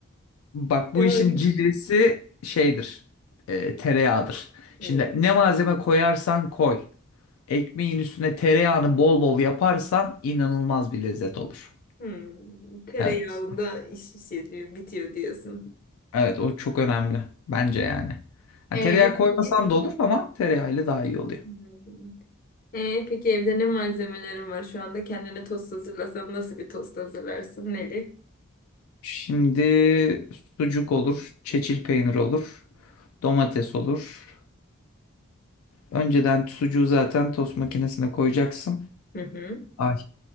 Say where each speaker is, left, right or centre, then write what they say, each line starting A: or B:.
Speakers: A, on the left; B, on the left.
A: bak
B: Yani
A: bu işin cilvesi şeydir. e, tereyağıdır.
B: hmm,
A: Şimdi ne malzeme koyarsan koy. Ekmeğin üstüne tereyağını bol bol yaparsan inanılmaz bir lezzet olur.
B: hmm, tereyağında
A: Evet.
B: iş iş bitiyor diyorsun.
A: Evet o çok önemli. Bence yani. Ha,
B: Ee,
A: tereyağı koymasan
B: peki.
A: da olur ama tereyağıyla daha iyi oluyor.
B: Hmm. Ee, peki evde ne malzemelerin var şu anda? Kendine tost hazırlasan nasıl bir tost hazırlarsın Neli?
A: Şimdi sucuk olur, çeçil peynir olur, domates olur. Önceden sucuğu zaten tost makinesine koyacaksın.
B: Hı hı.
A: Ay,